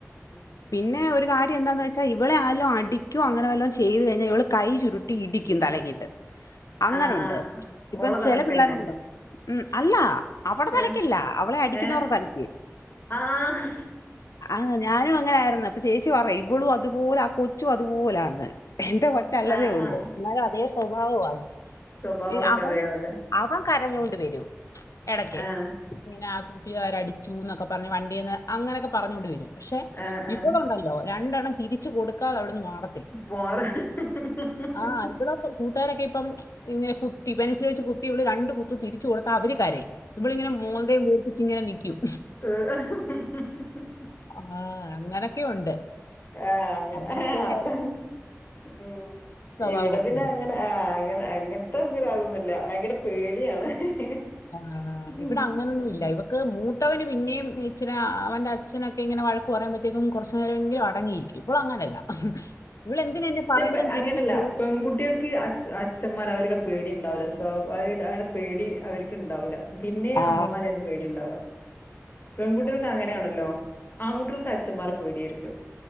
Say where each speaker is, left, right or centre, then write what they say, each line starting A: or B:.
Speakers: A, on the left; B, on the left.
A: ഉം
B: പിന്നെ ഒരു കാര്യം എന്താണെന്ന് വെച്ചാൽ ഇവളെ ആരെലും അടിക്കും അങ്ങനെ വല്ലോ ചെയ്തും കഴിഞ്ഞാൽ ഇവൾ കൈ ചുരുട്ടി ഇടിക്കും തലക്കിയിട്ട്.
A: <unintelligible>
B: അങ്ങനുണ്ട്
A: ആഹ്
B: ഇപ്പം
A: ഓള തലക്കന്നെ
B: ചില പിള്ളേരുണ്ടോ ഉം അല്ല അവടെ തലക്കല്ല
A: ഏഹ്
B: അവളെ അടിക്കുന്നവരുടെ
A: ഏഹ്
B: തലക്ക്.
A: ആഹ്
B: ആഹ് ഞാനും അങ്ങനെ ആരുന്നു അപ്പൊ ചേച്ചി പറയും ഇവളും അതുപോലെ ആ കൊച്ചും അതുപോലാന്ന്. എന്റെ കൊച്ച അല്ലന്നേ
A: ആഹ്
B: ഉള്ളൂ
A: ആഹ്
B: എന്നാലും അതേ സ്വഭാവം അണ്
A: സ്വഭാവൊക്കെ
B: അവന്
A: അതേപോലെ
B: അവൻ കരഞ്ഞൊണ്ട് വരും ഇടക്ക്
A: ആഹ്
B: ഇങ്ങനെ ആഹ് കൂട്ടുകാര് അടിച്ചു എന്നൊക്കെ പറഞ്ഞ് വണ്ടിന്ന് അങ്ങനെയൊക്കെ പറഞ്ഞോണ്ട് വരും പക്ഷെ
A: ആഹ് ആഹ്
B: ഇവൾ ഉണ്ടല്ലോ ല്ലോ? രണ്ടെണം തിരിച്ചച്ച് കൊടുക്കാതെ അവിടുന്ന് മാറ
A: പാറ് <unintelligible>
B: ആഹ് <unintelligible> കൂട്ടുകാരൊക്കെ ഇപ്പം ഇങ്ങനെ കുത്തി പെൻസിൽ വെച്ച് അവൾ രണ്ട് കുത്ത തിരിച്ചു കൊടുത്താ അവര് കരയും ഇവൾ ഇങ്ങനെ മോന്തയും വീർപ്പിച്ച് ഇങ്ങന നൽക്കും
A: <unintelligible>
B: ആഹ് അങ്ങനൊക്കെയ ഉണ്ട്
A: ആഹ് അങ്ങനെ
B: അങ്ങനത്തെ
A: അത്ര ഉം
B: സ്വഭാവമൊക്കെ
A: ഇവിടെ പിന്നെ
B: ഉണ്ട്.
A: അങ്ങനെ ആഹ് അങ്ങനെ അങ്ങനത്തെ ഇല്ല അതൊന്നുമില്ല ഭയങ്കര പേടിയാണ് <unintelligible>
B: ആഹ്
A: ഉം.
B: ഇവിടെ അങ്ങനൊന്നും
A: ഉം.
B: ഇല്ല ഇവ മൂത്തവന് പിന്നെയും ഇച്ചില അവന്റെ അച്ഛനൊക്കെ ഇങ്ങനെ വഴക്ക് പറയുമ്പോഴത്തേക്കും കുറച്ച് നേരം എങ്കിലും അടങ്ങിയിരിക്കും ഇവള് അങ്ങനല്ല. ഇവള് എന്തിനാ എന്നെ
A: ഇതെപ്പ
B: പറയുന്നതെന്ന്
A: അങ്ങനല്ല
B: തിരിച്ച് ചോദിക്കും.
A: പെൺകുട്ടികൾക്ക് അച്ഛന്മാർ അവർക്ക് പേടി ഉണ്ടാവില്ല സ്വാഭാവികം അങ്ങനെ പേടി അവർക്ക് ഉണ്ടാവില്ല പിന്നെയും
B: ആ,
A: അമ്മമാരെ പേടി ഉണ്ടാവ പെൺകുട്ടികൾക്ക് അങ്ങനെയാണല്ലോ ആൺകുട്ടികൾക്ക് മച്ചാന്മാരെ പേടിയായിരിക്കും